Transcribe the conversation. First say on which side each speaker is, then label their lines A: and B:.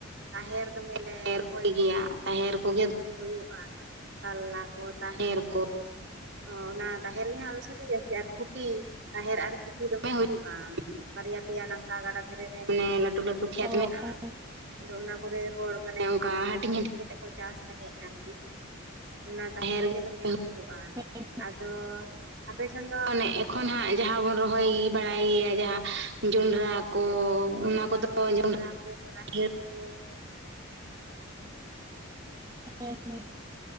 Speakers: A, on the right; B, on the right.
A: ᱛᱟᱦᱮᱨ ᱫᱚᱢᱮᱱᱮ᱾ ᱜᱮᱭᱟ᱾ ᱛᱟᱦᱮᱨ ᱠᱚᱜᱮ ᱫᱚᱢᱮ ᱦᱩᱭᱩᱜ-ᱟ, ᱠᱟᱞᱞᱟ ᱠᱚ ᱛᱟᱦᱮᱨ ᱠᱚ᱾ ᱚ, ᱚᱱᱟ ᱛᱟᱦᱮᱨ ᱜᱮ ᱦᱟᱸᱜ ᱟᱞᱮ ᱥᱮᱱ ᱫᱚ ᱡᱟᱹᱥᱛᱤ ᱟᱨ ᱠᱷᱩᱴᱤ, ᱛᱟᱦᱮᱨ ᱟᱨ ᱠᱷᱩᱴᱤ ᱫᱚᱢᱮ ᱦᱩᱭᱩᱜ-ᱟ ᱵᱟᱨᱭᱟ ᱯᱮᱭᱟ ᱱᱚᱝᱠᱟ ᱜᱟᱰᱟ ᱫᱷᱟᱨᱮ ᱨᱮ᱾ ᱞᱟᱹᱴᱩ ᱞᱟᱹᱴᱩ ᱠᱷᱮᱛ
B: ᱚ
A: ᱢᱮᱱᱟᱜ-ᱟ,
B: ᱚ
A: ᱟᱫᱚ ᱚᱱᱟ ᱠᱚᱨᱮ ᱦᱚᱲ ᱢᱟᱱᱮ ᱚᱝᱠᱟ ᱦᱟᱹᱴᱤᱧ ᱦᱟᱹᱴᱤᱧ ᱠᱟᱛᱮᱫ ᱠᱚ ᱪᱟᱥ ᱛᱟᱦᱮᱸᱜ ᱟᱨᱠᱤ, ᱚᱱᱟ ᱛᱟᱦᱮᱨ ᱜᱮ ᱫᱚᱢᱮ ᱦᱩᱭᱩᱜᱚᱜ-ᱟ᱾
B: ᱦᱮᱸ᱾
A: ᱟᱫᱚᱻ ᱟᱯᱮ ᱥᱮᱱ ᱫᱚ ᱢᱟᱱᱮ ᱮᱠᱷᱚᱱ ᱦᱟᱸᱜ ᱡᱟᱦᱟᱸ ᱵᱚᱱ ᱨᱚᱦᱚᱭ ᱵᱟᱲᱟᱭ ᱜᱮᱭᱟ ᱡᱟᱦᱟᱸ ᱡᱚᱸᱰᱨᱟ᱾ ᱠᱚᱻ, ᱚᱱᱟ ᱠᱚᱫᱚ ᱡᱚᱸᱰᱨᱟ ᱠᱚ, ᱨᱟᱦᱮᱲ ᱠᱚ᱾
B: ᱦᱮᱸ ᱦᱮᱸ᱾